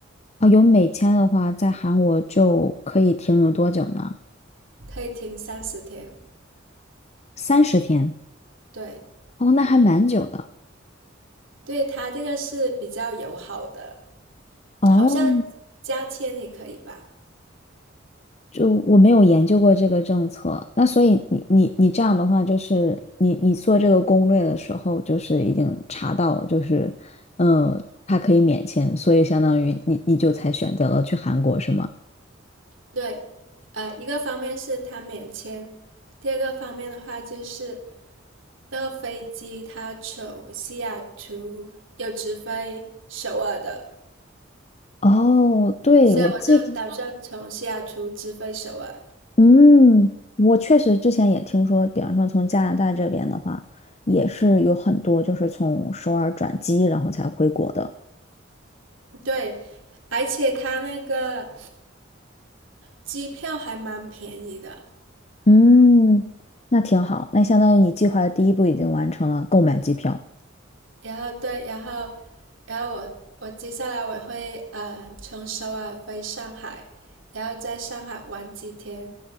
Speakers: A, on the left (about 35°); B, on the right (about 80°).
A: 啊，有美签的话，在韩国就可以停留多久呢？
B: 可以停三十天。
A: 三十天。
B: 对，
A: 哦，那还蛮久的。
B: 对他这个是比较友好的，
A: 哦，
B: 好像加签也可以吧？
A: 就我没有研究过这个政策，那所以你你你这样的话，就是你你做这个攻略的时候，就是已经查到了，就是嗯，它可以免签，所以相当于你你就才选择了去韩国，是吗？
B: 对，呃，一个方面是它免签，第二个方面的话就是那个飞机它从西雅图有直飞首尔的，
A: 哦，对，
B: 所以我就打算从西雅图直飞首尔。
A: 我记得，嗯，我确实之前也听说，比方说从加拿大这边的话，也是有很多就是从首尔转机，然后才回国的。
B: 对，而且它那个机票还蛮便宜的，
A: 嗯，那挺好，那相当于你计划的第一步已经完成了，购买机票。
B: 然后对，然后然后我我接下来我会呃从首尔飞上海，然后在上海玩几天，